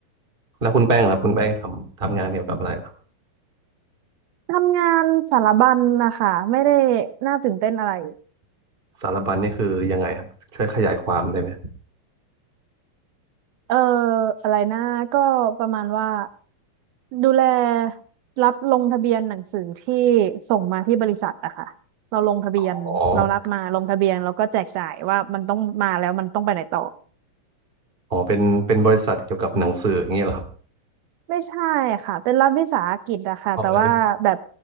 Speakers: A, on the right (about 15°); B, on the right (about 85°).
A: แล้วคุณแป้งล่ะคุณแป้งทำทำงานเกี่ยวกับอะไรล่ะ
B: ทำงานสารบัญนะคะไม่ได้น่าตื่นเต้นอะไร
A: สารบัญนี่คือยังไงครับช่วยขยายความได้ไหม
B: เอออะไรนะก็ประมาณว่าดูแลรับลงทะเบียนหนังสือที่ส่งมาที่บริษัทอะค่ะเราลงทะเบียนเรารับมาลงทะเบียนแล้วก็แจกจ่ายว่ามันต้องมาแล้วมันต้องไปไหนต่อ
A: อ๋ออ๋อเป็นเป็นบริษัทเกี่ยวกับหนังสืออย่างเงี้ยเหรอครับ
B: ไม่ใช่ค่ะเป็นรัฐวิสาหกิจอะค่ะแต่ว่าแบบ
A: ออกงานด้วย